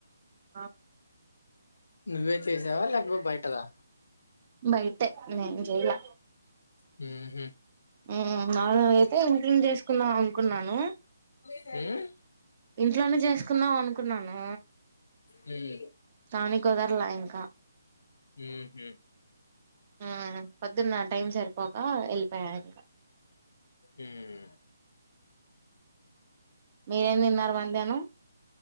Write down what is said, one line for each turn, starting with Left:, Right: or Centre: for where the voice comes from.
Right: ఆ
Left: నువ్వే చేసావా లేకపో బయటదా
Right: బయటే నేన్ చేయాలా
Left: హు హు
Right: మాములుగా అయితే ఇంట్లోనే చేసుకుందాం అనుకున్నాను
Left: ఉమ్
Right: ఇంట్లోనే చేసుకుందాం అనుకున్నాను
Left: మ్
Right: కానీ కుదరలా ఇ కా
Left: హు హు
Right: ఉమ్ పొద్దున్న టైం సరిపోక వెళ్ళిపోయా ఇంకా
Left: ఉమ్
Right: మీరేం తిన్నారు మధ్యాన్నం